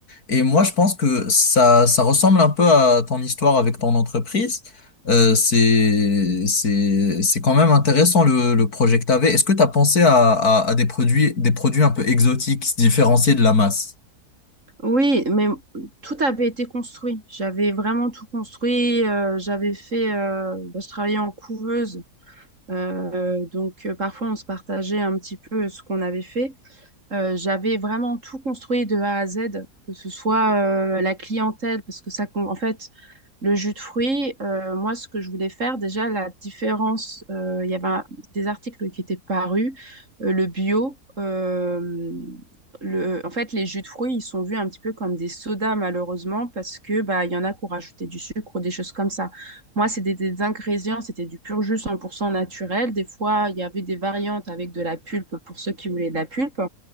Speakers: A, on the left; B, on the right.
A: Et moi, je pense que ça, ça ressemble un peu à ton histoire avec ton entreprise. Euh, c'est, c'est, c'est quand même intéressant le, le projet que tu avais. Est-ce que tu as pensé à, à, à des produits, des produits un peu exotiques, qui se différencier de la masse?
B: Oui, mais m- tout avait été construit. J'avais vraiment tout construit. euh, j'avais fait. euh, bah, je travaillais en couveuse. euh, donc, euh, parfois, on se partageait un petit peu ce qu'on avait fait. Euh, j'avais vraiment tout construit de A à Z, que ce soit euh, la clientèle, parce que ça, com- en fait, le jus de fruits, euh, moi, ce que je voulais faire, déjà, la différence, euh, il y avait un- des articles qui étaient parus, euh, le bio, euh, le, en fait, les jus de fruits, ils sont vus un petit peu comme des sodas, malheureusement, parce que bah, il y en a qui ont rajouté du sucre ou des choses comme ça. Moi, c'était des, des ingrédients, c'était du pur jus 100% naturel. Des fois, il y avait des variantes avec de la pulpe pour ceux qui voulaient de la pulpe.